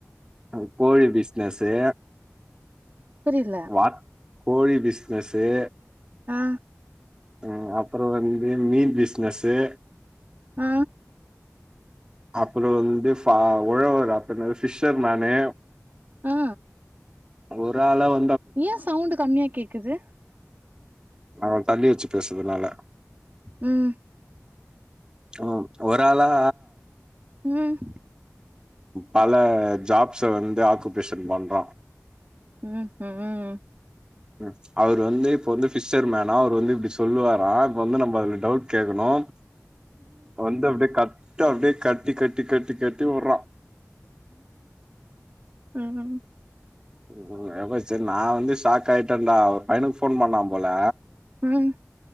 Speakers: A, on the right; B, on the right.
A: ம் கோழி பீஸ் ஜசே
B: புரில
A: வாட் கோழி பீஸ் ஜசே
B: ஆ
A: ம் அப்புறோ வந்து மீன் பிஸ்னஸு
B: ஆ
A: அப்புறோ வந்து ஃபா உழவரு அப்றோ என்னாது ஃபிஷர்மேனு
B: ஆ
A: ஒரு ஆளா வ
B: ஏ சவுண்டு கம்மியா கேக்குது
A: நா கொஞ்ச தள்ளி வெச்சு பேசறதுனால
B: ம்
A: ம் ஒராளா
B: ம்
A: பல ஜாப்ஸ வந்து ஆக்குபேஷன் பண்றோ
B: ம் ஹும்
A: ம் அவுரு வந்து இப்ப வந்து ஃபிஷர்மேன்னா அவுரு வந்து இப்பிடி சொல்லுவாரா இப்ப வந்து நம்ம அதுல டவுட் கேக்கணு வந்து அப்டியே கட்டு அப்டியே கட்டி கட்டி கட்டி கட்டி உடறா
B: ம்
A: ம் அப்ரோ சரி நா வந்து ஸாக் ஆய்ட்டன்டா ஒரு பையனுக் ஃபோன் பண்ணாம்போல
B: ம்